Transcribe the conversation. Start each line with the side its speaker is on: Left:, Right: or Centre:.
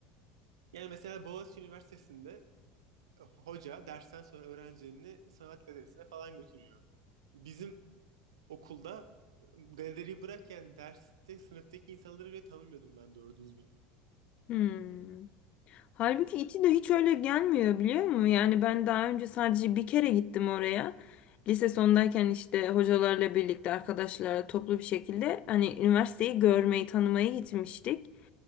Right: yani mesela Boğaziçi Üniversitesi'nde e, hoca dersten sonra öğrencilerini sanat galerisine falan götürüyor. Bizim okulda e, galeriyi bırak yani derste sınıftaki insanları bile tanımıyordum ben doğru düzgün.
Left: Hmm. Halbuki içi de hiç öyle gelmiyor biliyor musun? Yani ben daha önce sadece bir kere gittim oraya. Lise sondayken işte hocalarla birlikte arkadaşlarla toplu bir şekilde hani üniversiteyi görmeyi, tanımayı gitmiştik.